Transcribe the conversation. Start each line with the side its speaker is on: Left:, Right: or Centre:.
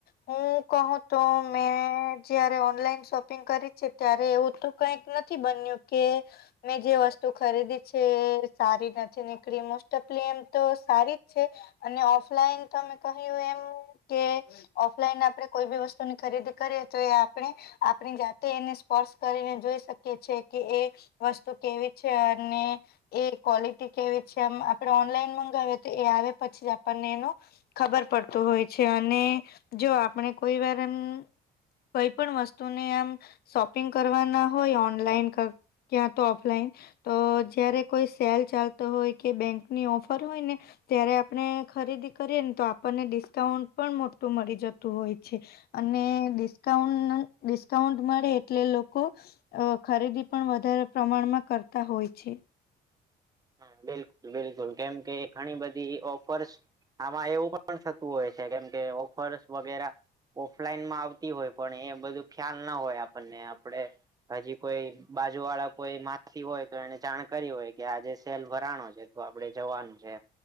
Left: હું કહું તો મેં જયારે ઓનલાઈન શોપિંગ કરી છે ત્યારે એવું તો કઈક નથી બન્યું કે મેં જે વસ્તુ ખરીદી છે એ સારી નથી નીકળી મોસ્ટ ઓફલી એમ તો સારી જ છે અને ઓફલાઈન તમે કહ્યું એમ કે ઓફલાઈન આપણે કોઈ બી વસ્તુની ખરીદી કરીએ તો એ આપણે આપણી જાતે એને સ્પર્શ કરીને જોઈ શકીએ છીએ કે એ વસ્તુ કેવી છે અને એ ક્વોલિટી કેવી છેમ આપણે ઓનલાઈન મંગાવએ તો એ આવે પછી આપણને એનું ખબર પડતું હોય છે અને જો આપણે કોઈ વાર એમ. કઈ પણ વસ્તુને આમ શોપિંગ કરવાના હોય ઓનલાઈન ક્યાં તો ઓફલાઈન તો જયારે કોઈ સેલ ચાલતો હોય કે બેંકની ઓફર હોય ને ત્યારે આપણે ખરીદી કરીએે ને તો આપણને ડિ- ડિસ્કાઉન્ટ પણ મોટું મળી જતું હોય છે અને ડિસ્કાઉન્ટ ડિસ્કાઉન્ટ મળે એટલે લોકો અ ખરીદી પણ વધારે પ્રમાણમાં કરતા હોય છે
Right: હ બિલકુલ બિલકુલ કેમ કે ઘણી બધી ઓફર્સ આમાં એવું પણ થતું હોય છે કેમ કે ઓફર્સ વગેરે ઓફલાઈનમાં આવતી હોય પણ એ બધું ખ્યાલ ના હોય આપણને આપડે હજી કોઈ બાજુ વાળા કોઈ માસી હોય તો એને જાણ કરી હોય કે આજે સેલ ભરાણો છે તો આપડે જવાનું છે